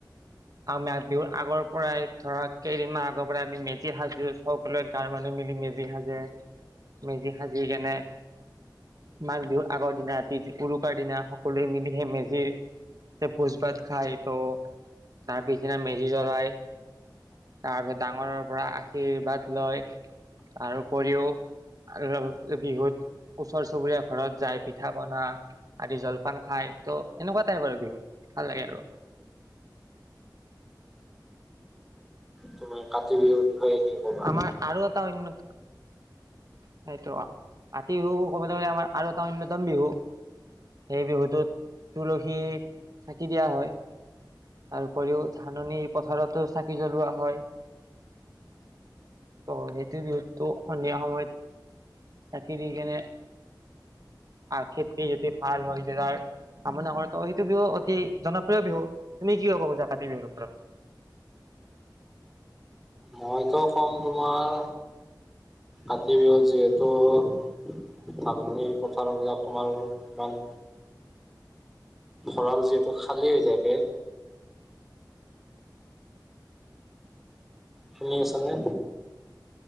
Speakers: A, on the right (about 50°); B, in the centre.
A: মাঘ বিহুৰ আগৰ পৰাই ধৰা কেইদিনমান আগৰ পৰাই আমি মেজি সাজো, চববিলাক গাঁৱৰ মানুহ মিলি মেজি মেজি সাজে, মেজি সাজি কেনে মাঘ বিহু আগৰ দিনা ৰাতি উৰুকাৰ দিনা সকলোৱে মিলি সেই মেজি তে ভোজ ভাত খায় ত' তাৰ পিছদিনা মেজি জ্বলাই তাৰপিছত ডাঙৰৰ পৰা আশীৰ্বাদ লয়। তাৰ উপৰিও বিহুত ওচৰ চুবুৰীয়া ঘৰত যায়, পিঠা- পনা আদি জলপান খায় ত' এনেকুৱা টাইপ আৰু বিহুত ভাল লাগে আৰু
B: তুমি কাতি বিহুৰ বিষয়ে কি ক'বা
A: আমাৰ আৰু এটা অন্যতম সেইটো কাতি বিহু ক'বলৈ গ'লে আমাৰ আৰু এটা অন্যতম বিহু, সেই বিহুটোত তুলসী চাকি দিয়া হয়। তাৰ উপৰিও ধাননি পথাৰতো চাকি জ্বলোৱা হয়। ত' সেইটো বিহুতটো সন্ধিয়া সময়ত চাকি দি কেনে খেতি যদি ভাল হয় যায় তাৰ কামনা কৰে, ত' সেইটো বিহু অতি জনপ্ৰিয় বিহু তুমি কি কবা খোজা কাতি বিহুৰ ওপৰত।
B: মইতো কম তোমাৰ কাতি বিহু যিহেতু ত' ধাননি পথাৰবিলাক আমাৰো ইমান ভঁৰাল যিহেতু খালী হৈ থাকে। শুনি আছানে?